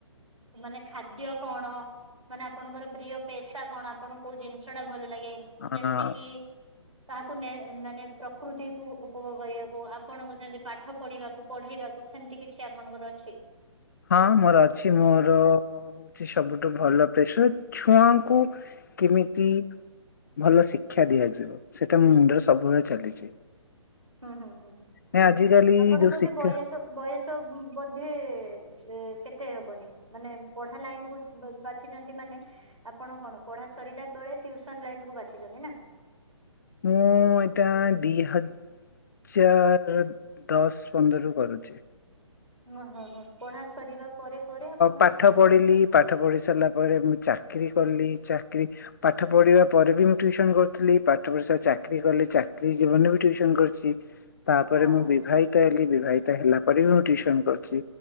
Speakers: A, on the right (about 80°); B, on the left (about 40°).
A: ମାନେ ଖାଦ୍ୟ କଣ ମାନେ ଆପଣଙ୍କର ପ୍ରିୟ ପେସା କଣ ଆପଣଙ୍କୁ କଉ ଜିନିଷ ଟା ଭଲ ଲାଗେ
B: ଆ
A: ଯେମିତି କିି ତାହାକୁ ମାନେ ପ୍ରକୃତିକୁ ଉପୋଗ କରିବାକୁ ଆପଣଙ୍କୁ ସେମିତି ପାଠ ପଢିବାକୁ ପଢେଇବାକୁ ସେମିତି କିଛି ଆପଣଙ୍କର ଅଛି
B: ହଁ ମୋର ଅଛି ମୋର ହଉଛି ସବୁଠୁ ଭଲ ପ୍ରେସର ଛୁଆଙ୍କୁ କେମିତି ଭଲ ଶିକ୍ଷା ଦିଆଯିବ ସେଇଟା ମୋ ମୁଣ୍ଡରେ ସବୁବେଳେ ଚାଲିଛି
A: ହୁଁ ହୁଁ ହୁଁ ହୁଁ
B: ନା ଆଜିକାଲି
A: ଆପଣ
B: ଯୋଉ
A: ବୋଧେ
B: ଶିକ୍ଷା
A: ବୟସ ବୟସ ବୋଧେ ଏ କେତେ ହବନି ମାନେ ପଢା ଲାଇନ କୁ ବାଛିଛନ୍ତି ମାନେ ଆପଣ କଣ ପଢା ସରିଲା ପରେ ଟ୍ୟୁସନ ଲାଇନ କୁ ବାଛିଛନ୍ତି ନା
B: ମୁଁ ଏତା ଦି ହଜ ଚାର ଦଶ ପନ୍ଦର କରୁଛି
A: ଓ ହଁ ହଁ ପଢା ସରିବା ପରେ ପରେ ଆପଣ
B: ପାଠ ପଢିଲି ପାଠ ପଢି ସାରିଲା ପରେ ମୁଁ ଚାକିରୀ କଲି ଚାକିରୀ ପାଠ ପଢିବା ପରେ ବି ମୁଁ ୍ୟଉସନ କରୁଥିଲି ପାଠ ପଢି ସ ଚାକିରି କଲି ଚାକିୀ ଜୀବନରେ ବିୁସନ କରିଥିଲି ତାପରେ
A: ହଁ
B: ମୁଁ
A: ହଁ
B: ବିବାହିତ ହେ ବିବାହିତ ହେଲା ପରେ ମୁଁସନ କରଛି